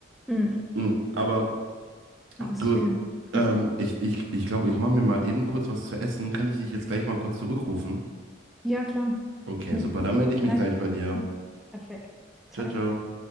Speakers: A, in the centre; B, on the right.
A: Mhm.
B: Hm, aber
A: Ausspielen.
B: du, ähm,
A: <laughs>
B: ich, ich, ich glaube, ich mache mir mal eben kurz was zu essen. Kann ich dich jetzt gleich mal kurz zurückrufen?
A: Ja, klar. <laughs>
B: Okay,
A: Bis
B: super. Dann melde
A: gleich.
B: ich mich gleich bei dir.
A: Perfekt. Ciao.
B: Ciao, ciao.